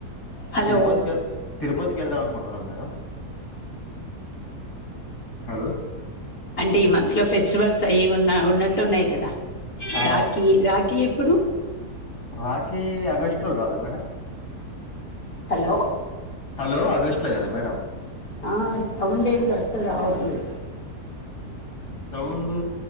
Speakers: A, on the left; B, on the left.
A: హలో
B: తిరుపతి కె తిరుపతి కి వెళ్దాం అనుకుంటున్నాం మేడం హలో
A: అంటే ఈ మంత్లో ఫెస్టివల్స్ అయ్యి ఉన్నా ఉన్నట్టు ఉన్నాయి కదా
B: ఆ
A: రాఖీ రాఖీ ఎప్పుడు
B: రాఖి అగస్ట్ లో కాదా మేడం
A: హలో
B: హలో ఆగస్ట్ లో కదా మేడం
A: ఆ సౌండ్ ఏంటి అసలు రావట్లేదు
B: సౌండు